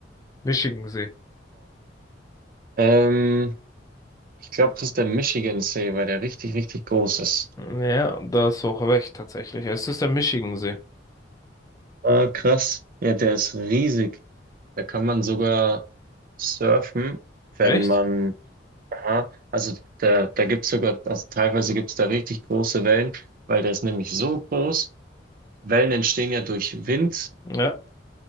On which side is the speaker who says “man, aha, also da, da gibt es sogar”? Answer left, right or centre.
Right